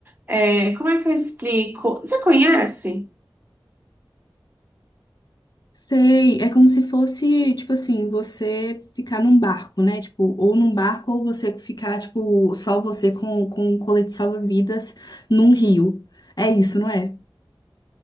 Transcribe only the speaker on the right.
é, como é que eu explico? Você conhece?